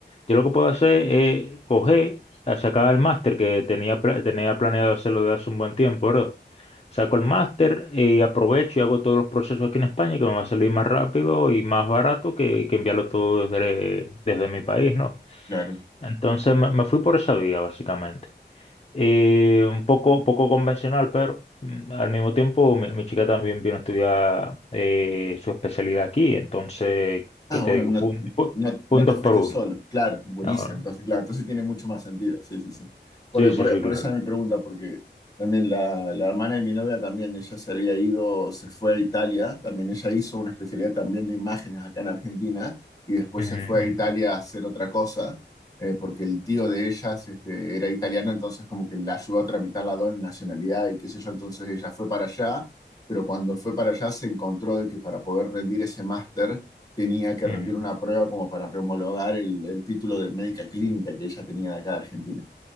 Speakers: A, on the left; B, on the left.
A: yo lo que puedo hacer es coger, a sacar el máster que tenía, pla- tenía planeado hacerlo de hace un buen tiempo, ¿verdad? Saco el máster y aprovecho y hago todos los procesos aquí en España que me va a salir más rápido y más barato que, que enviarlo todo desde, desde mi país, ¿no?
B: Claro.
A: Entonces me, me fui por esa vía, básicamente. Eh, un poco, poco convencional, pero mm, al mismo tiempo mi, mi chica también vino a estudiar eh, su especialidad aquí, entonces,
B: Ah,
A: ¿qué te
B: bueno,
A: digo?
B: no,
A: Fue un, fue,
B: no, no
A: fue un
B: te
A: dos
B: fuiste
A: por uno.
B: solo. Claro, buenísimo.
A: Ah,
B: Entonces, claro, entonces sí tiene mucho más sentido. Sí, sí, sí. Por,
A: sí, sí,
B: por,
A: sí,
B: por
A: claro.
B: esa era mi pregunta, porque también la, la hermana de mi novia también, ella se había ido, se fue a Italia, también ella hizo una especialidad también de imágenes acá en Argentina y después
A: Ujú,
B: se fue a Italia a hacer otra cosa, eh, porque el tío de ellas este, era italiano, entonces como que la ayudó a tramitar la doble nacionalidad y qué sé yo, entonces ella fue para allá, pero cuando fue para allá se encontró de que para poder rendir ese máster, tenía que
A: ujú,
B: rendir
A: ujú.
B: una prueba como para rehomologar el, el título de médica clínica que ella tenía de acá de Argentina.